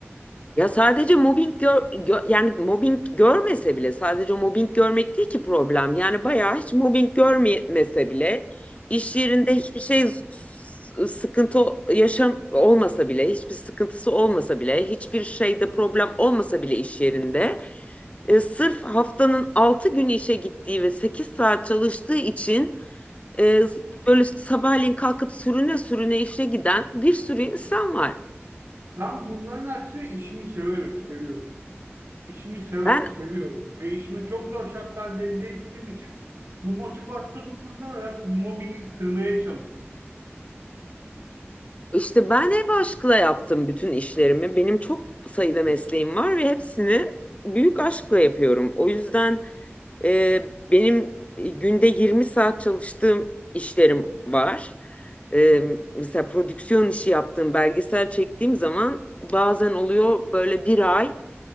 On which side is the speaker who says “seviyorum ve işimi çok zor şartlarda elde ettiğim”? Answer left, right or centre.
Right